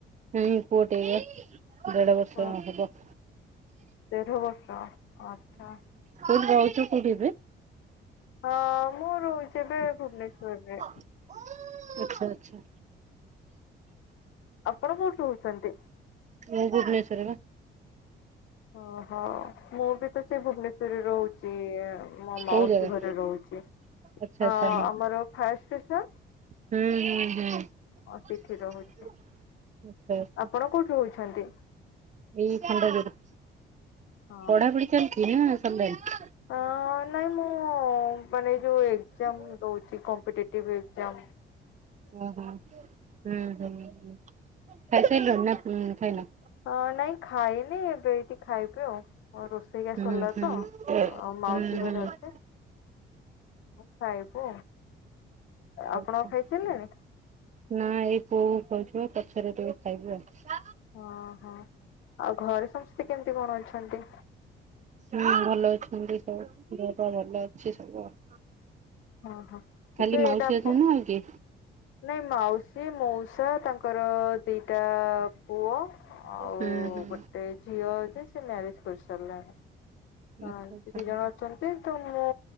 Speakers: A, on the right; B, on the left.
A: ହୁଁ ପୁଅଟେ ଏଇବ ଦେଢ ବର୍ଷ
B: ଓ
A: ହବ। ହୁଁ
B: ଦେଢ ବର୍ଷ ଆଚ୍ଛା।
A: ତୁମେ ରହୁଚ କୋଉଠି ଏବେ?
B: ହଁ ମୁଁ ରହୁଚି ଏବେ ଭୁବନେଶ୍ଵର ରେ।
A: ଆଚ୍ଛା ଆଚ୍ଛା।
B: ଆପଣ କୋଉଠି ରହୁଛନ୍ତି?
A: ମୁଁ ଭୁବନେଶ୍ଵରେ ବା।
B: ଓ ହୋ ମୁଁ ବି ତ ସେ ଭୁବନେଶ୍ଵରରେ ରହୁଚି, ମୋ ମାଉସୀ
A: କୋଉ ଜାଗା?
B: ଘରେ ରହୁଚି।
A: ଆଚ୍ଛା
B: ହଁ
A: ଆଚ୍ଛା
B: ଆମର ଫାୟାର ଷ୍ଟେସନ?
A: ହୁଁ ହୁଁ ହୁଁ। ଆଚ୍ଛା
B: ହଁ ସେଠି ରହୁଚି।
A: ଆଚ୍ଛା।
B: ଆପଣ କୋଉଠି ରହୁଚନ୍ତି?
A: ଏଇ ଖଣ୍ଡଗିରି।
B: ହଁ
A: ପଢାପଢି ଚାଲିଛି ନା ସରିଲାଣି।
B: ଅ ନାଇଁ ମୁଁ ମାନେ ଯୋଉ ଏକଜା୍ମ
A: ଓହୋ
B: ଦଉଛି, କମ୍ ଟେଟିଭ ଏକ୍ଜା୍ମ।
A: ଓ ହୋ ହୁଁ ହୁଁ ହୁଁ, ଖାଇସାରିଲଣି ନା ଖାଇନ।
B: ହଁ ନାଇଁ ଖାଇନି, ଏବେ ଏଇଠି ଖାଇବି ଆଉ। ହଁ ରୋଷ ଏଇଆ
A: ହୁଁ
B: ସରିଲା
A: ହୁଁ ହୁଁ ହୁଁ।
B: ତ, ଆଉ ମାଉସୀ
A: ହୁଁ
B: ଘରେ ଅଛି। ହଁ ଖାଇବୁ। ଆପଣ
A: ଆଚ୍ଛା ଆଚ୍ଛା
B: ଖାଇସାରିଲେଣି?
A: ନା ଏଇ ପୁଅକୁ ଖୁଆଉଛି ପା, ପଛରେ ଟିକେ ଖାଇବୁ ଆଉ।
B: ଅ ହ, ଆଉ ଘରେ ସମସ୍ତେ କେମିତି କଣ ଅଛନ୍ତି?
A: ହୁଁ ଭଲ ଅଛନ୍ତି ସବୁ, ଦେହ ପା ଭଲ ଅଛି ସବୁ ଆଉ।
B: ହଁ ହଁ ଏବେ
A: ଖାଲି
B: ଏଇଟା
A: ମାଉସୀ
B: ଆପ
A: ଅଛନ୍ତି ନା ଆଉ କିଏ?
B: ନାଇଁ ମାଉସୀ ମଉସା ତାଙ୍କର ଦିଟା ପୁଅ ଆଉ
A: ହୁଁ ହୁଁ
B: ଗୋଟେ ଝିଅ ଅଛି, ସେ ମ୍ୟାରେଜ କରିସାରିଲାଣି। ହଁ
A: ଆଚ୍ଛା
B: ସେ
A: ଆଚ୍ଛା।
B: ଦି ଜଣ ଅଛନ୍ତି, ତ ମୁଁ